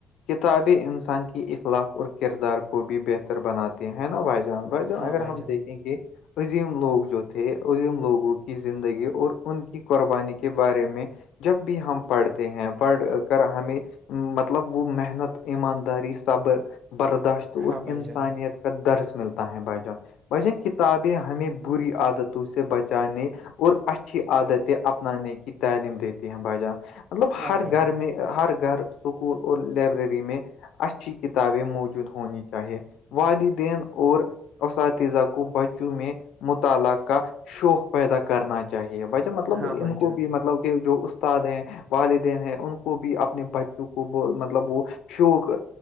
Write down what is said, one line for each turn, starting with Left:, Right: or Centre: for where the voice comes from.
Left: کتابیں انسان کی اخلاق اور کردار کو بھی بہتر بناتے نا بھائی جان بھائی اگر
Right: ہاں
Left: ہم
Right: جان
Left: دیکھیں گے عظیم لوگ جو تھے عظیم لوگوں کی زندگی اور ان کی قربانی کے بارے میں جب بھی ہم پڑھتے ہیں پڑھ کر ہمیں مطلب وہ محنت ایمانداری صبر برداشت اور
Right: ہاں بھائی
Left: انسانیت
Right: جان
Left: کا درس ملتا ہے بھائی جان بھائی جان کتابیں ہمیں بری عادتوں سے بچانے اور اچھی عادتیں اپنانے کی تعلیم دیتی ہیں بھائی جان مطلب
Right: ہاں
Left: ہر
Right: بھائی
Left: گھر میں ہر گھر اسکول اور لائبریری میں اچھی کتابیں موجود ہونی چاہیے والدین اور اساتذہ کو بچوں میں مطالعہ کا شوق پیدا کرنا چاہیے ویسے مطلب
Right: ہاں
Left: ان
Right: بھائی
Left: کو
Right: جان
Left: بھی مطلب کہ جو استاد ہیں والدین ہیں ان کو بھی اپنے بچوں کو مطلب وہ شوق